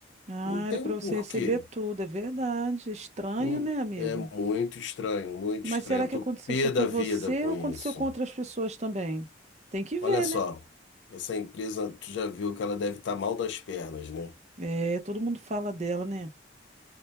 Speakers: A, on the right; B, on the left.
A: Ah,
B: Não tem
A: era pra
B: o
A: você
B: porquê.
A: receber tudo, é verdade. Estranho,
B: Hum,
A: né, amigo?
B: É muito estranho, muito
A: Mas
B: estranho.
A: será
B: Eu
A: que
B: tô
A: aconteceu
B: pé
A: só com
B: da
A: você
B: vida com
A: ou aconteceu
B: isso.
A: com outras pessoas também? Tem que ver,
B: Olha só,
A: né?
B: essa empresa, tu já viu que ela deve estar mal das pernas, né?
A: É, todo mundo fala dela, né?